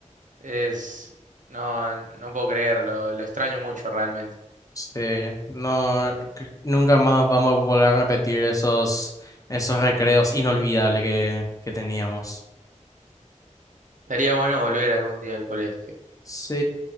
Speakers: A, on the right; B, on the left.
A: Es, no, no puedo creerlo, lo extraño mucho realmente.
B: Este, no, cre- nunca más vamos a volver a repetir esos, esos recreos inolvidables que, que teníamos.
A: Estaría bueno volver algún día al colegio.
B: Sí,